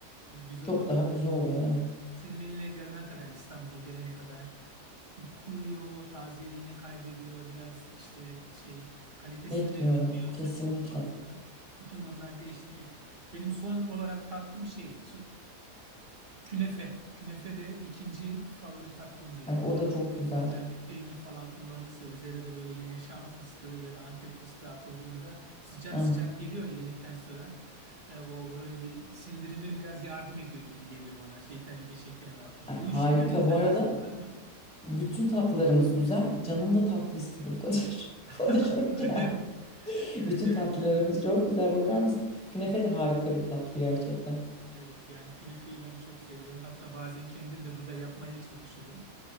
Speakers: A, on the right; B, in the centre.
A: e, güzel
B: Çok
A: oluyor.
B: daha güzel oluyor evet.
A: Senin eline gelene kadar, İstanbul'a gelene kadar kuruyor, tazeliğini kaybediyor. Biraz işte şey kalitesini
B: Bekliyor
A: bilmiyorsun
B: kesinlikle.
A: çok fazla. Bütün onlar değiştiriyor. Benim son olarak tatlım şey Künefe. Künefe de ikinci favori tatlım benim.
B: Ay o
A: Ee,
B: da çok
A: üzerine
B: güzel.
A: güzel bir peynir falan kullanırsa üzerine de böyle yine Şam fıstığı ya da Antep fıstığı atıldığında sıcak
B: Evet.
A: sıcak geliyor yemekten sonra. Ee, o böyle bir sindirime biraz yardım ediyor gibi geliyor bana yeterince şekerli aldığı için.
B: Ay harika
A: Uyuşturuyor insan
B: bu arada.
A: aslında ama.
B: Bütün tatlılarımız güzel. Canım da tatlı istedi bu kadar <laughs>
A: <laughs>
B: konuşunca.
A: Öyle mi?
B: Bütün
A: Evet evet
B: tatlılarımız
A: yani.
B: çok güzel. Bakar mısın? Künefe de harika bir tatlı gerçekten.
A: Evet yani künefeyi ben çok seviyorum. Hatta bazen kendim de burada yapmaya çalışıyorum.